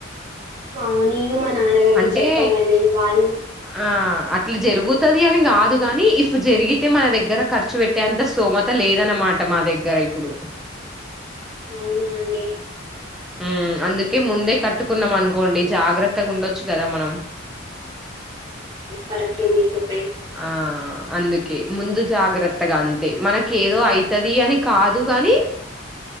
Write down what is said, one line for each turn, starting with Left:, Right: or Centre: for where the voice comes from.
Right: ఆ నేను మా నాన్నగారికి
Centre: అంటే
Right: చెప్పాలండి వాళ్ళు
Centre: ఆ అట్లా జరుగుతది అని కాదు గాని ఇఫ్ జరిగితే మన దగ్గర ఖర్చు పెట్టేంత స్తోమత లేదన్నమాట మా దగ్గర ఇప్పుడు
Right: అవునా అండి.
Centre: ఉమ్ అందుకే ముందే కట్టుకున్నాం అనుకోండి జాగ్రత్తగా ఉండొచ్చు కదా మనం
Right: కరెక్ట్ ఏ మీరు చెప్పి
Centre: ఆ అందుకే ముందు జాగ్రత్తగా అంతే మనక ఏదో అవుతది అని కాదు కాగాని